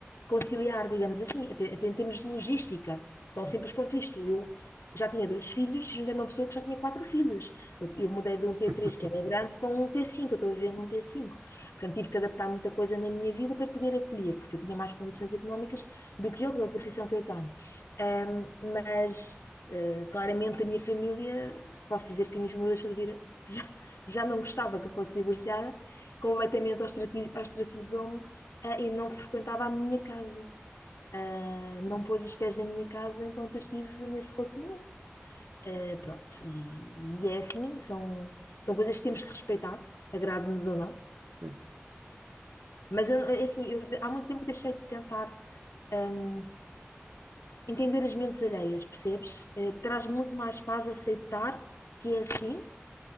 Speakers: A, on the left; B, on the right.
A: conciliar, digamos assim, até, até em termos de logística, tão simples quanto isto. Eu já tinha dois filhos e juntei uma pessoa que já tinha quatro filhos. Eu, eu mudei de um t
B: <laughs>
A: três que era grande, para um t cinco eu estou a viver num t cinco Portanto, tive que adaptar muita coisa na minha vida para poder acolher, porque eu tinha mais condições económicas do que ele, pela profissão que eu tenho. Ahm, mas, eh, claramente, a minha família, posso dizer que a minha família deixou de vir, <laughs> já, já não gostava que eu fosse divorciada, completamente ostrati- ostracizou-me ah, e não frequentava a minha casa. Ah, não pôs os pés na minha casa enquanto eu estive nesse relacionamento. Ah, pronto, e, e é assim, são, são coisas que temos que respeitar, agrade-nos ou não.
B: Sim, sim.
A: Mas eu- é assim, eu de- há muito tempo deixei de tentar hum, entender as mentes alheias, percebes? Eh, traz muito mais paz aceitar que é assim